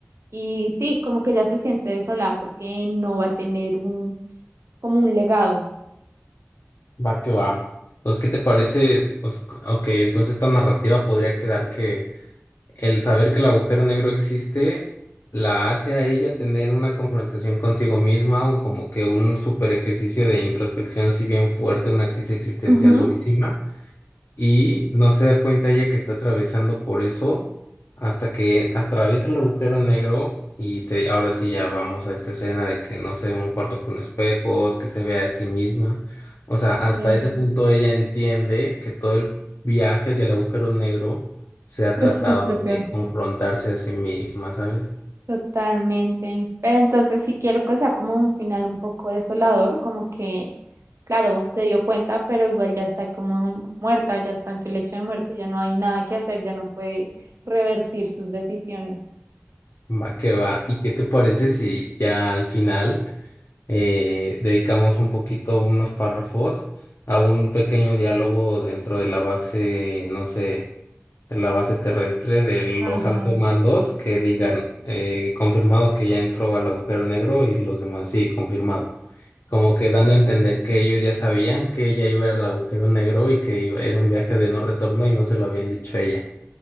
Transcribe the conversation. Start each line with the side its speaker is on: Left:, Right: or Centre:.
Right: y sí, como que ya se siente desolada porque no va a tener un, como un legado.
Left: Va que va. Pues, ¿qué te parece? O sea, ok, entonces esta narrativa podría quedar que el saber que el agujero negro existe la hace a ella tener una confrontación consigo misma o como que un super ejercicio de introspección, si bien fuerte, una crisis existencial
Right: Ujú.
Left: durísima y no se da cuenta ella que está atravesando por eso hasta que atraviesa el agujero negro y te- ahora sí ya vamos a esta escena de que no sé, un cuarto con espejos, que se vea a sí misma. O sea, hasta
Right: De,
Left: ese punto ella entiende que todo el viaje hacia el agujero negro se ha
Right: pues
Left: tratado
Right: su propio
Left: de confrontarse a sí misma, ¿sabes?
Right: Totalmente. Pero entonces sí quiero que sea como un final un poco desolador, como que, claro, se dio cuenta, pero igual ya está como muerta, ya está en su lecho de muerte, ya no hay nada que hacer, ya no puede revertir sus decisiones.
Left: Va que va. ¿Y qué te parece si ya al final... eh, dedicamos un poquito, unos párrafos, a un pequeño diálogo dentro de la base, no sé, de la base terrestre de
Right: Ajá.
Left: los altos mandos que digan, eh, confirmado que ya entró al agujero negro y los demás, sí, confirmado. Como que dando a entender que ellos ya sabían que ella iba al agujero negro y que iba- era un viaje de no retorno y no se lo habían dicho a ella.